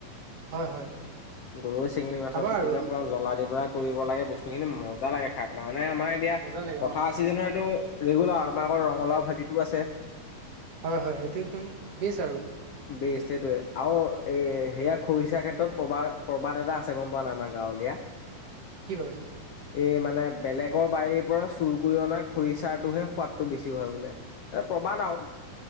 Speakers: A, on the right; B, on the left.
A: হয় হয়।
B: গৰৈ চেঙেলী মাছৰ
A: খাবা
B: পিটিকাৰ
A: আৰু
B: পৰা জ্বলা দিবা। কৰিব লাগে বস্তু খিনি মজা লাগে খাই পেলাই মানে আমাৰ এতিয়া
A: মজা লাগে
B: পথাৰ
A: অ
B: চিজনৰ এইটো ৰেগুলাৰ আমাকৰ ৰঙাও ভাজিতো আছে।
A: হয় হয় সেইটো একদম বচ আৰু।
B: বেছ সেইটোৱে আৰু এ সেয়া খৰিচাৰ ক্ষেত্ৰত প্ৰবাদ প্ৰবাদ এটা আছে। আছে গম পোৱা নাই আমাৰ গাঁৱলীয়া।
A: কি বাৰু?
B: এই মানে বেলেগৰ বাৰীৰ পৰা চুৰ কৰি অনা খৰিচাৰটোহে সোৱাদটো বেছি হয় বোলে। এ প্ৰবাাদ আও।